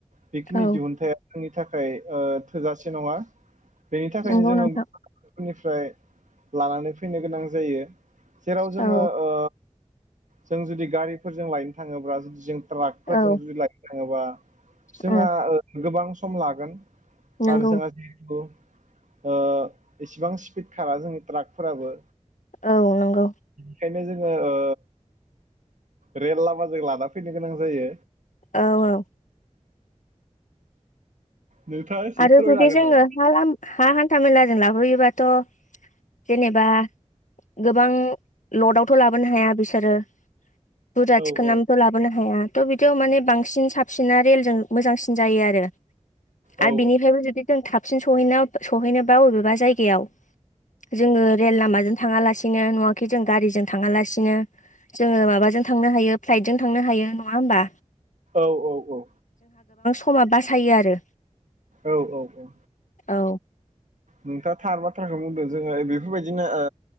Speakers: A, on the right; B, on the left.
A: बेखिनि
B: औ
A: दिहुनथाया जोंनि थाखाय ओ थोजासे नङा। बेनि थाखायनो
B: नंगौ
A: जोङो
B: नोंथां
A: <unintelligible> निफ्राय लानानै फैनो गोनां जायो। जेराव जोङो
B: औ
A: ओ जों जुदि गारिफोरजों लायनो थाङोब्ला जों ट्राकफोरजों
B: औ
A: जुदि लायनो थाङोबा जोंहा
B: उम
A: ओ गोबां सम लागोन।
B: नंगौ
A: आरो जोंहा जिहेथु ओ इसिबां स्पिड खारा जों ट्राकफोराबो
B: औ नंगौ।
A: बेखायनो जोङो ओ रेल लामाजों लाना फैनो गोनां जायो।
B: औ औ।
A: नोंथाङा एसे
B: आरो
A: फोरमायनो
B: जुदि
A: हागोन
B: जोङो
A: नामा?
B: हा लाम हा हान्था मेलाजों लाबोयोबाथ' जेनेबा गोबां लडावथ' लाबोनो हाया बिसोरो बुरजा
A: औ
B: थिखो
A: औ
B: नानबो थ' लाबोनो हाया। थ' बिदियाव माने बांसिन साबसिना रेलजों मोजांसिन जायो आरो।
A: औ
B: आरो बिनिफ्रायबो जुदि जों थाबसिन सहैनायाव सहैनोबा अबेबा जायगायाव जोङो रेल लामाजों थाङालासिनो नङा खि जों गारिजों थाङालासिनो जोङो माबाजों थांनो हायो फ्लाइटजों थांनो हायो नङा होमबा?
A: औ औ औ।
B: खमा बासायो आरो
A: औ औ औ।
B: औ।
A: नोंथाङा थार बाथ्राखौ बुंदों जोङो बेफोर बायदिनो ओ